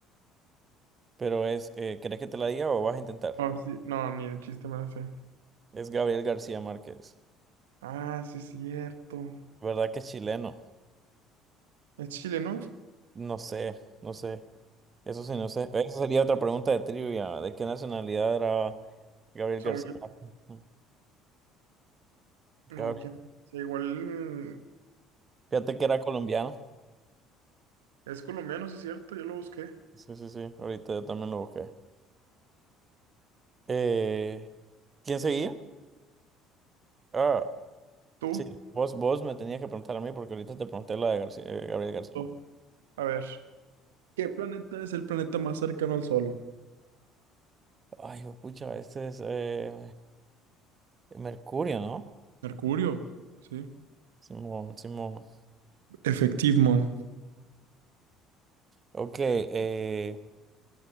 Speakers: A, on the right; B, on the right.
A: Pero es, eh, ¿querés que te la diga o vas a intentar?
B: No, sí, no, ni de chiste me la sé.
A: Es Gabriel García Márquez.
B: Ah, sí, cierto.
A: ¿Verdad que es chileno?
B: Es Chile, ¿no?
A: No sé, no sé. Eso sí, no sé. Esa sería otra pregunta de trivia. ¿De qué nacionalidad era Gabriel
B: Según
A: García
B: yo.
A: Márquez?
B: No,
A: Gabriel.
B: quién. Sí, igual mm,
A: Fíjate que era colombiano.
B: es colombiano, sí, cierto. Yo lo busqué.
A: Sí, sí, sí. Ahorita yo también lo busqué. Eh, ¿quién seguía? Ah,
B: ¿Tú?
A: sí. Vos, vos me tenías que preguntar a mí porque ahorita te pregunté la de García- eh, Gabriel García
B: Tú.
A: Márquez.
B: A ver. ¿Qué planeta es el planeta más cercano al Sol?
A: Ay, hijo pucha, este es eh, Mercurio, ¿no?
B: Mercurio, sí.
A: Simón, Simón.
B: Efectivo.
A: Ok, eh,